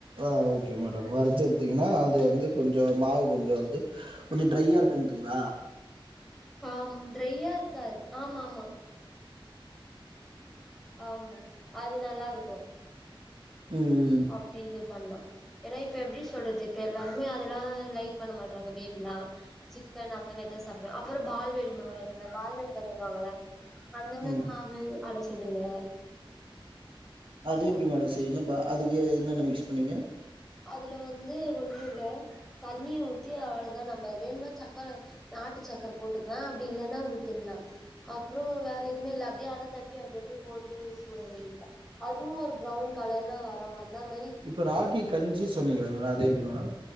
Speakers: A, on the right (about 70°); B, in the centre.
A: ஆ ஓகே மேடம் வருத்து எடுத்தீங்கன்னா அது வந்து கொஞ்சம் மாவு கொஞ்சம் வந்து கொஞ்சோ ட்ரையா இருக்குன்றீங்களா
B: ஆம் ட்ரையா இருக்காது ஆமா ஆமா ஆமா அது நல்லா இருக்கும்
A: உம்ம்
B: அப்டி இது பண்ணா ஏன்னா இப்ப எப்படி சொல்றது இப்ப எல்லாருமே அதெல்லாம் லைக் பண்ண மாட்றாங்க பேபி எல்லா சிக்கன் அந்த மாரிதா சாப்டுவே அப்புறொ பால்வேல மாவ இருக்கல பால்வில வாங்கள அந்த மாரி
A: ம்
B: மாவு அட சுடுவ
A: அது எப்டி மேடம் செய்வீங்க பா அதுக்கு என்னென்ன மிக்ஸ் பண்ணீங்க
B: அதுல வந்து ஒண்ணு இல்ல தண்ணி ஊத்தி அவ்ளதா நம்ம வேணுனா சக்கர நாட்டு சக்கர போட்டுக்லா அப்டி இல்லன்னா விட்டுலா அப்றோ வேற எதுமே இல்ல அப்டியே அட தட்டி அப்டி அப்டியே போ டு சுட வேண்டிதா அதுவு ஒரு ப்ரௌன் கலர்ல வரு வந்த மாரி
A: இப்ப ராகி கஞ்சி சொன்னீங்கல மேடம் அது எப்டி மேடம்